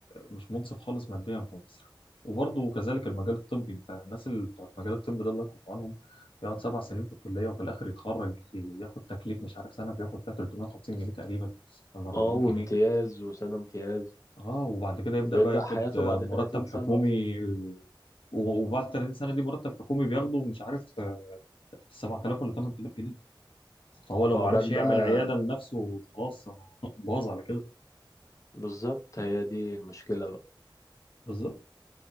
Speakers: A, on the left (about 85°); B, on the left (about 40°).
A: مش منصف خالص ماديا في مصر وبرضه كذلك المجال الطبي انت الناس اللي بتوع المجال الطبي ده الله يكون في عونهم يقعد سبع سنين في الكليه وفي الاخر يتخرج ياخد تكليف مش عارف سنه بياخد فيها 350 جنيه تقريبا ولا 400
B: اه وامتياز
A: جنيه
B: وسنة امتياز
A: اه وبعد كده يبدأ
B: وبيبدأ
A: بقى ياخد
B: حياته
A: آه،
B: بعد
A: مرتب
B: 30 سنة
A: حكومي
B: أصلا
A: و- وبعد 30 سنة دي مرتب حكومي بياخده مش عارف آه، 7000 ولا 8000 جنيه فهو
B: وعقبال
A: لو ما عرفش يعمل
B: بقى
A: عيادة لنفسه خلاص هو <laughs> باظ على كده
B: بالظبط هي دي المشكلة بقى
A: بالظبط